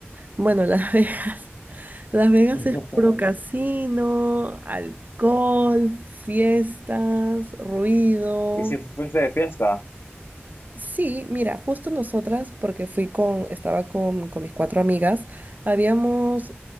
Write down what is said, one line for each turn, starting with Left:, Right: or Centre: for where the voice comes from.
Right: bueno, Las <laughs> Vegas, Las Vegas
Left: <laughs>
Right: es puro casino, alcohol, fiestas, ruido.
Left: ¿Y si fuiste de fiesta?
Right: Sí, mira, justo nosotras, porque fui con, estaba con, con mis cuatro amigas, habíamos,